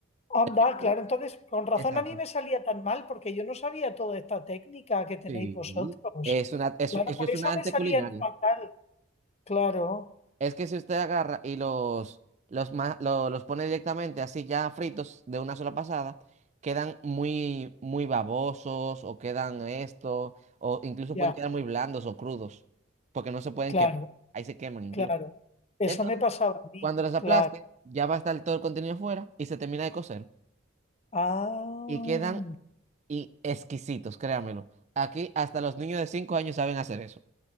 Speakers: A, on the left; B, on the right.
A: Anda,
B: El primero,
A: claro, entonces con razón
B: Exacto.
A: a mí me salía tan mal porque yo no sabía toda esta técnica que tenéis
B: Sí.
A: vosotros.
B: Es una, eso,
A: Claro,
B: eso
A: por
B: es
A: eso
B: un arte
A: me salían
B: culinario.
A: fatal. Claro,
B: Es que si usted agarra y los, los, ma- lo- los pone directamente así ya fritos de una sola pasada, quedan muy, muy babosos o quedan esto, o incluso
A: ya,
B: pueden quedar muy blandos o crudos, porque no se pueden
A: claro,
B: quemar. Ahí se queman incluso.
A: claro. Eso
B: Entonces,
A: me pasaba a mí,
B: cuando los aplaste,
A: claro.
B: ya va a estar todo el contenido fuera y se termina de cocer.
A: Ah,
B: Y quedan y exquisitos, créamelo. Aquí hasta los niños de 5 años saben hacer eso,